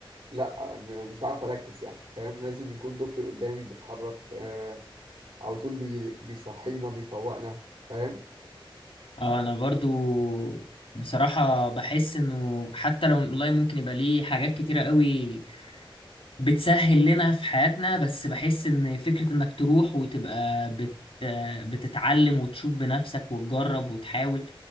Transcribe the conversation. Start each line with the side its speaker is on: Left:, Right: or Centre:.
Right: لا م- مش عارف اركز يعني فاهم لازم يكون دكتور قدامي بيتحرك آه، على طول بي بيصحينا بيفوقنا فاهم
Left: اه انا برضو بصراحة بحس انه حتى لو الاونلاين ممكن يبقى ليه حاجات كتيرة قوي بتسهل لنا في حياتنا بس بحس ان فكرة انك تروح وتبقى بت بتتعلم وتشوف بنفسك وتجرب وتحاول